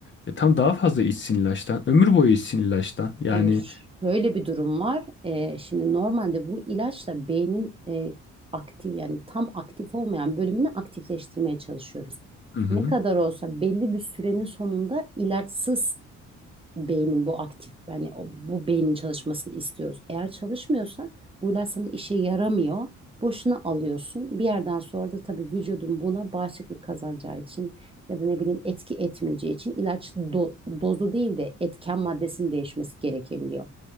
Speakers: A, on the left; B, on the right.
A: e tam daha fazla içsin ilaçtan. Ömür boyu içsin ilaçtan. Yani
B: e, şöyle bir durum var. E, şimdi normalde bu ilaçla beynin e, aktif yani tam aktif olmayan bölümünü aktifleştirmeye çalışıyoruz.
A: Hı hı.
B: Ne kadar olsa belli bir sürenin sonunda ilaçsız beynin bu aktif yani o- bu beynin çalışmasını istiyoruz. Eğer çalışmıyorsa bu ilaç sana işe yaramıyor. Boşuna alıyorsun. Bir yerden sonra da tabii vücudun buna bağışıklık kazanacağı için ya da ne bileyim etki etmeyeceği için ilaç do- dozu değil de etken maddesinin değişmesi gerekebiliyor.